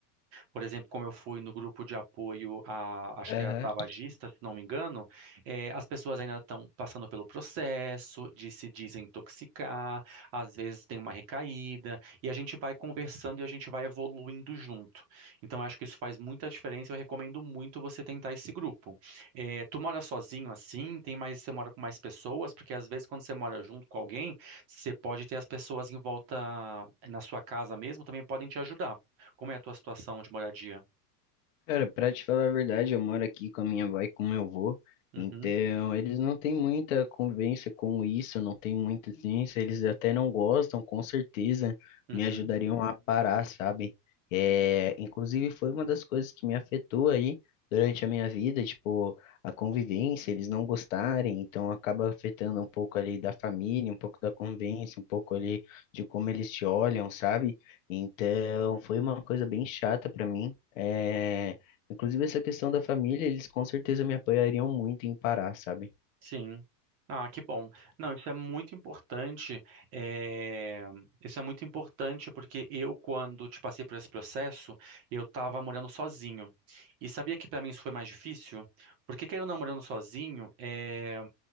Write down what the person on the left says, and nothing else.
Aham.
Cara, pra te falar a verdade, eu moro aqui com a minha avó e com meu avô,
então eles não têm muita convivência com isso, não tem muita ciência, eles até não gostam, com certeza
me ajudariam a parar, sabe? É, inclusive foi uma das coisas que me afetou aí durante a minha vida, tipo, a convivência, eles não gostarem, então acaba afetando um pouco ali da família, um pouco da convivência, um pouco ali de como eles te olham, sabe? Então foi uma coisa bem chata pra mim. É, Inclusive, essa questão da família, eles com certeza me apoiariam muito em parar, sabe?